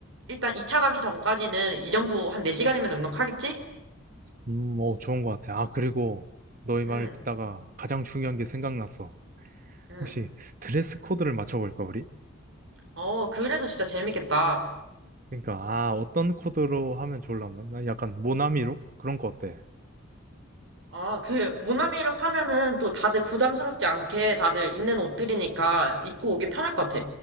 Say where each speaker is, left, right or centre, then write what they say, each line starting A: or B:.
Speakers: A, on the right; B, on the right.
A: 일단 2차 가기 전까지는 이 정도 한 4시간이면 넉넉하겠지?
B: 음, 어 좋은 것 같아. 아 그리고 너의
A: 응,
B: 말을 듣다가 가장 중요한 게 생각났어.
A: 응.
B: 혹시 드레스 코드를 맞춰볼까 우리?
A: 어, 그래도 진짜 재밌겠다.
B: 그러니까 아 어떤 코드로 하면 좋을라나? 난 약간 모나미로 그런 거 어때?
A: 아, 그, 모나미룩 하면은 또 다들 부담스럽지 않게 다들 있는 옷들이니까 입고 오기 편할 것 같아.